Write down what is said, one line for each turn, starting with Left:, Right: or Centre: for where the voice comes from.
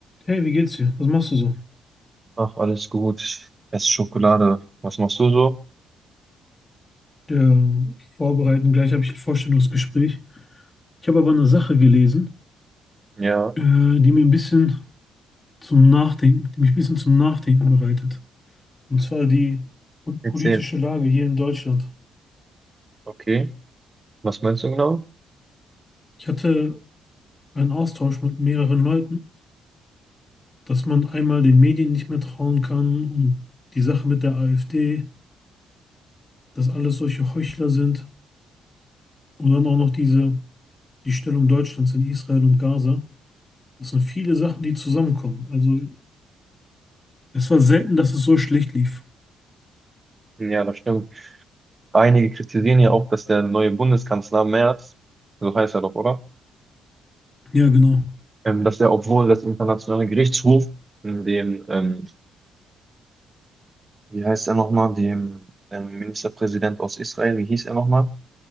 Left: Hey, wie geht's dir? Was machst du so?
Right: Ach, alles gut. Ich esse Schokolade. Was machst du so?
Left: Ja, vorbereiten, gleich habe ich ein Vorstellungsgespräch. Ich habe aber eine Sache gelesen,
Right: Ja,
Left: äh, die mir ein bisschen zum Nachdenken, die mich ein bisschen zum Nachdenken bereitet. Und zwar die po-
Right: erzähl.
Left: politische Lage hier in Deutschland.
Right: Okay. Was meinst du genau?
Left: Ich hatte einen Austausch mit mehreren Leuten, dass man einmal den Medien nicht mehr trauen kann und die Sache mit der AfD, dass alles solche Heuchler sind und dann auch noch diese, die Stellung Deutschlands in Israel und Gaza. Das sind viele Sachen, die zusammenkommen. Also es war selten, dass es so schlecht lief.
Right: Ja, das stimmt. Einige kritisieren ja auch, dass der neue Bundeskanzler Merz, so heißt er doch, oder?
Left: Ja, genau.
Right: Ähm, dass er, obwohl das internationale Gerichtshof dem, ähm, wie heißt er nochmal, dem ähm, Ministerpräsident aus Israel, wie hieß er nochmal?